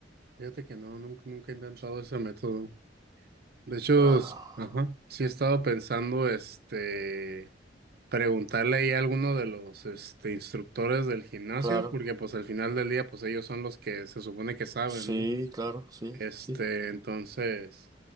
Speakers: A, on the right; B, on the right.
A: Fíjate que no, nunca, nunca he intentado ese método. De hecho,
B: Ah,
A: s- Ajá. sí he estado pensando, este, preguntarle ahí a alguno de los, este, instructores del gimnasio,
B: claro.
A: porque pues al final del día, pues ellos son los que se supone que saben,
B: Sí,
A: ¿no?
B: claro, sí,
A: Este,
B: sí.
A: entonces,